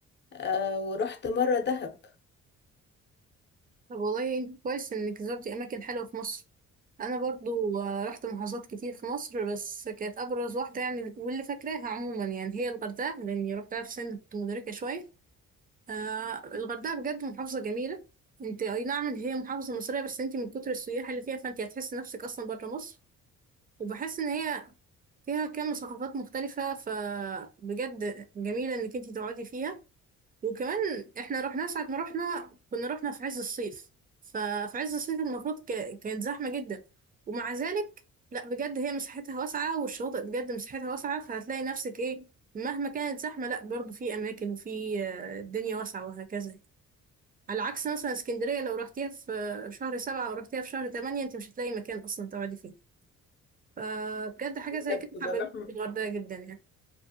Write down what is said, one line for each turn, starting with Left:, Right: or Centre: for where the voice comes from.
Left: آه، ورحت مرة دهب
Right: طب والله انت كويس انك زرتي اماكن حلوه في مصر انا برضو آه، رحت محافظات كتير في مصر بس كانت ابرز واحده يعني واللي فاكراها عموما يعني هي الغردقه لاني رحتها في سن كنت مدركه شويه آه الغردقه بجد محافظه جميله انت اي نعم ان هي محافظه مصريه بس انت من كتر السياح اللي فيها فانت هتحس نفسك اصلا بره مصر وبحس ان هي فيها كم ثقافات مختلفه فبجد جميله انك انت تقعدي فيها وكمان احنا رحنا ساعة ما رحنا كنا رحنا في عز الصيف ففي عز الصيف المفروض ك... كانت زحمة جدا ومع ذلك لا بجد هي مساحتها واسعة والشواطئ بجد مساحتها واسعة فهتلاقي نفسك ايه مهما كانت زحمة لا برضو في أماكن وفي آه، الدنيا واسعة وهكذا على عكس مثلا اسكندرية لو رحتيها في آه، شهر سبعة أو رحتيها في شهر تمانية انت مش هتلاقي مكان أصلا تقعدي فيه فبجد حاجة زي
Left: بتبقى
Right: كده حببتني
Left: زحمة
Right: في الغردقة جدا يعني